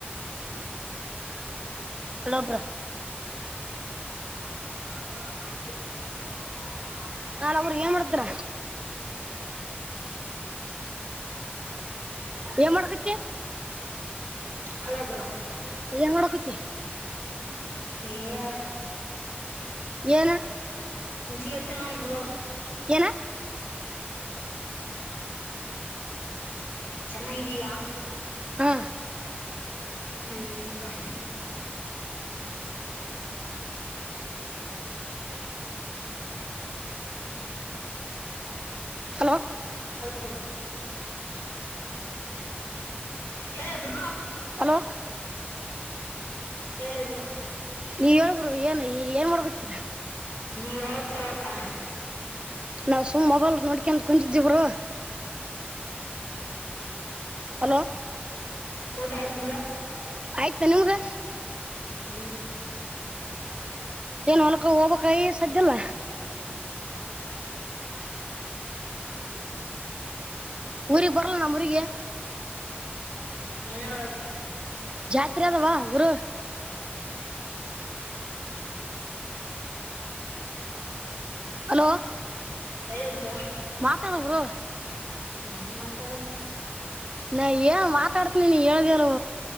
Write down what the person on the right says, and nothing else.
hello bro
ನಾ ಅವ್ರ ಏನ್ ಮಾಡತರ ಏನ್ ಮಾಡಕತಿ
ಏನ್ ಮಾಡ್ಕುತ್ತಿ
ಏನ
ಏನ
ಹಾ
ಹಲೋ
ಹಲೋ
ನೀವ್ ಹೇಳ ಬ್ರೋ ಏನ್ ಏನ್ ಮಾಡ್ಬೇಕತಿರ
ನಾವು ಸುಮ್ ಮೊಬೈಲ್ ನೋಡ್ಕಂತ ಕುಂತಿವಿ ಬ್ರೋ ಹಲೋ
ಆಯ್ತಾ ನಿಮ್ದು
ಏನ್ ಹೊಲ್ಕ ಹೋಗ್ಬೇಕ್ ಇ ಸದ್ದ ಇಲ್ಲ
ಊರಿಗೆ ಬರಲ್ಲ ನಮ್ ಊರಿಗೆ
ಜಾತ್ರೆ ಆದ ಬಾ ಬ್ರೋ ಹಲೋ
ಮಾತಾಡು ಬ್ರೋ
ನಾ ಏನ್ ಮಾತಾಡ್ತಿನ ನೀ ಹೇಳ್ದನು